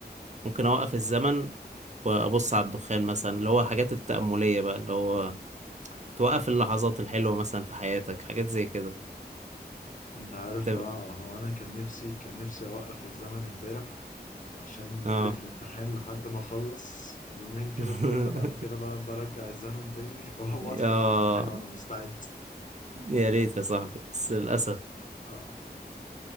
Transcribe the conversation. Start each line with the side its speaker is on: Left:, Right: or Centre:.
Right: ممكن اوقف الزمن وابص على الدخان مثلا اللي هو حاجات التأملية بقى اللي هو توقف اللحظات الحلوة مثلا في حياتك حاجات زي كده
Left: تمام. انت عارف
Right: هتبقى
Left: بقى هو انا كان نفسي كان نفسي اوقف الزمن امبارح عشان
Right: اه
Left: ليلة الامتحان لحد ما اخلص يومين كده
Right: <laughs>
Left: ثلاثة بعد كده بقى برجع الزمن تاني <laughs> وادخل
Right: اه
Left: الامتحان وانا مستعد
Right: يا ريت يا صاحبي بس للأسف
Left: اه